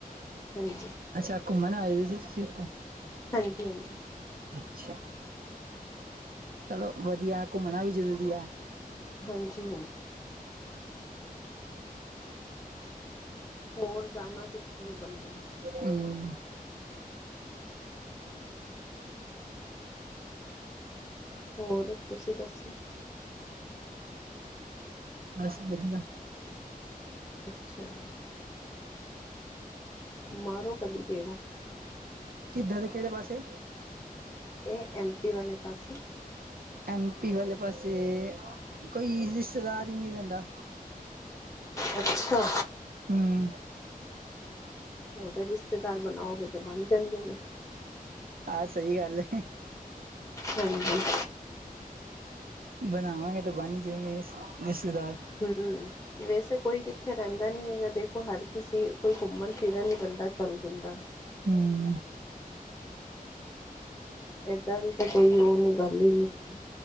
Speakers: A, on the left; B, on the right.
A: ਘਰ ਨੂੰ
B: ਅੱਛਾ ਘੁੰਮਣ ਆਏ ਸੀ ਤੁਸੀਂ ਉਥੇ
A: ਹਾਂਜੀ ਹਾਂਜੀ
B: ਅੱਛਾ ਚਲੋ ਵਧੀਆ ਘੁੰਮਣਾ ਵੀ ਜ਼ਰੂਰੀ ਆ
A: ਹਾਂਜੀ ਹਾਂਜੀ ਹੋਰ ਜਾਣਾ ਕਿੱਥੇ ਬੰਦੇ
B: ਹਮ
A: ਹੋਰ ਤੁਸੀਂ ਦੱਸੋ
B: ਬਸ ਵਧੀਆ
A: ਅੱਛਾ ਜੀ ਮਾਰੋ ਕਦੀ ਗੇੜਾ
B: ਕਿੱਦਾਂ ਦੇ ਕਿਹੜੇ ਪਾਸੇ
A: ਇਹ ਐਮ ਪੀ ਵਾਲੇ ਪਾਸੇ
B: ਐਮ ਪੀ ਵਾਲੇ ਪਾਸੇ ਕੋਈ ਰਿਸ਼ਤੇਦਾਰ ਹੀ ਨਹੀਂ ਰਹਿੰਦਾ
A: ਅੱਛਾ
B: ਹਮ।
A: ਉਹਦੇ ਰਿਸ਼ਤੇਦਾਰ ਬਣਾਓਗੇ ਤੇ ਬਣ ਜਾਂਦੇ ਨੇ।
B: ਆ ਸਹੀ ਗੱਲ ਏ।
A: ਹਾਂਜੀ।
B: ਬਣਾਵਾਂਗੇ ਤਾ ਬਣ ਈ ਜਾਏੇਂਗੇ, ਰਿਸ਼-ਰਿਸ਼ਤੇਦਾਰ।
A: ਹਮ ਵੈਸੇ ਕੋਈ ਕਿੱਥੇ ਰੈਂਦਾ ਨੀ ਹੈਗਾ, ਦੇਖੋ ਹਰ ਕਿਸੇ ਕਿ ਕੋਈ ਘੁੰਮਣ ਫਿਰਨ ਹੀ ਬੰਦਾ ਚੱਲ ਦਿੰਦਾ
B: ਹਮ
A: ਏਦਾਂ ਦੀ ਤਾਂ ਕੋਈ ਉਹ ਨ ਗੱਲ ਹੀ ਨਹੀਂ ਹੈ